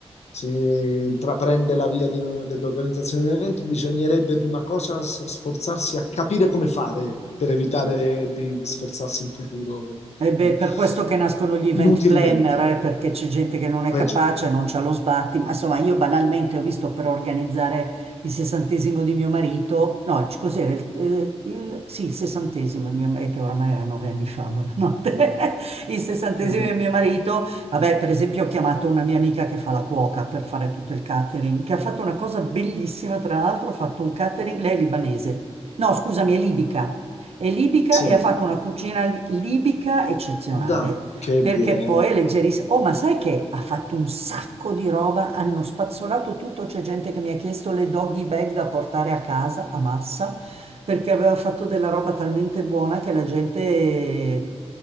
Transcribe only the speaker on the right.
E beh, per questo
che nascono gli event
planner, eh, perché c'è gente che non è
capace,
non c'ha lo sbatti. Ma insomma, io banalmente ho visto per organizzare il sessantesimo di mio marito, no, il- cos'era? Il, eh, il- sì, il sessantesimo di mio marito, che oramai era nove anni fa, buonanotte. <laughs> Il sessantesimo
di mio marito, vabbè, per esempio, ho chiamato una mia amica che fa la cuoca per fare tutto il catering, che ha fatto una cosa bellissima, tra l'altro, ha fatto un catering, lei è libanese. No, scusami, è libica. È libica
e ha fatto una cucina li- libica eccezionale,
perché
poi è leggerissima. Oh, ma sai che ha fatto un sacco di roba, hanno spazzolato tutto, c'è gente che mi ha chiesto le doggy bag da portare a casa a massa, perché aveva fatto della roba talmente buona che la gente... eh,